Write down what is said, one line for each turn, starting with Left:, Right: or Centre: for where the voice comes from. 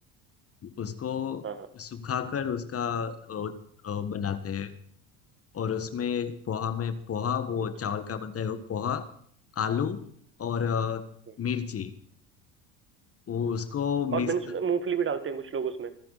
Left: उसको
Right: हाँ हाँ
Left: सुखाकर उसका अ, अ, बनाते हैं और उसमें पोहा में पोहा वो
Right: अच्छा
Left: चावल का बनता है वो पोहा आलू और अ,
Right: हम्म।
Left: मिर्ची वो उसको मिक्स
Right: और मैंने सुना
Left: कर
Right: है मूंगफली भी डालते हैं कुछ लोग उसमें